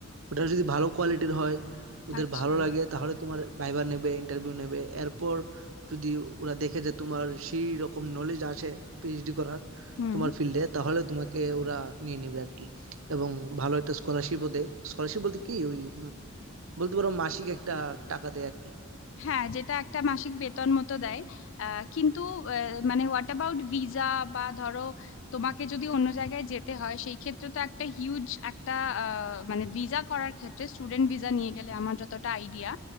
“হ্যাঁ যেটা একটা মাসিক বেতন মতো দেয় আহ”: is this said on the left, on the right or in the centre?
Left